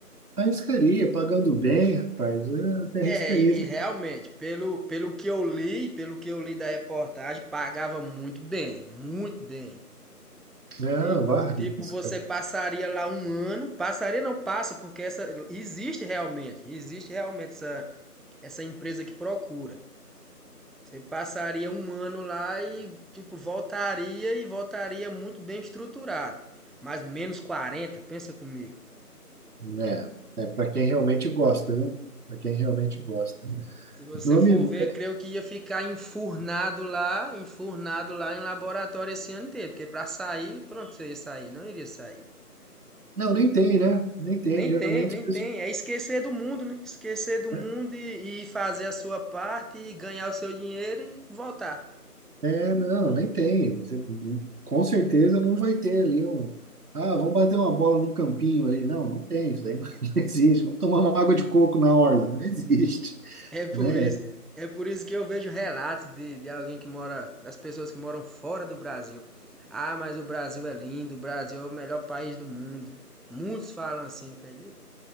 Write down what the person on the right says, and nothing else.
arriscaria, pagando bem, rapaz, eu até
arriscaria.
Não,
vá, arrisca,
né? É para quem realmente gosta, viu? Para quem realmente gosta. né?
Meu amigo,
é,
não, nem tem, né? Nem tem,
geralmente.
as
pessoas-
né?
É, não, nem tem. Você- Com certeza não vai ter ali um. Ah, vamos bater uma bola no campinho ali. Não, não tem, isso daí não, <laughs> não existe. Vamos tomar uma água de coco na orla. Não existe.
né?